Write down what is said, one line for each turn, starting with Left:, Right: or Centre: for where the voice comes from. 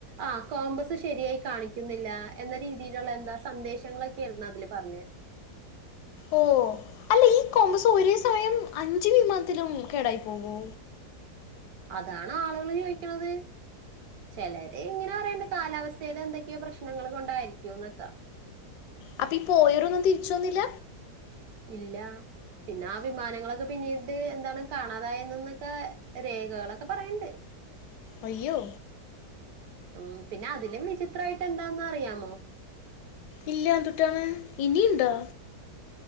Right: ആഹ് കോമ്പസ് ത് ശെരിയായി കാണിക്കുന്നില്ല എന്ന രീതിയില്ള്ള എന്താ സന്ദേശങ്ങളൊക്കെര്ന്നു അതില് പറഞ്ഞെ
Left: ഓഹ് അല്ലെ ഈ കോമ്പസ് ഒരേ സമയം അഞ്ച് വിമാനത്തിലും കേടായി പോകോ
Right: അതാണ് ആള്കള് ചോയ്ക്ക്ണന്നത് ചെലര് ഇങ്ങനെ പറയ്ണ്ട് കാലാവസ്ഥയിലെ എന്തൊക്കെയോ പ്രശ്നങ്ങൾ കൊണ്ടായിരിക്കുംന്നൊക്കാ
Left: അപ്പൊ ഈ പോയരൊന്നും തിരിച്ച് വന്നില്ല
Right: ഇല്ലാ പിന്നെ ആഹ് വിമാനങ്ങളൊക്കെ പിന്നീട് എന്താണ് കാണാതായന്നൊക്കെ രേഖകളൊക്കെ പറയ്ണ്ട് <inaudible>
Left: അയ്യോ
Right: ഉം പിന്നെ അതിലും വിചിത്രായിട്ട് എന്താന്നറിയാമോ
Left: ഇല്ല എന്തുട്ടാണ് ഇനിയുണ്ടോ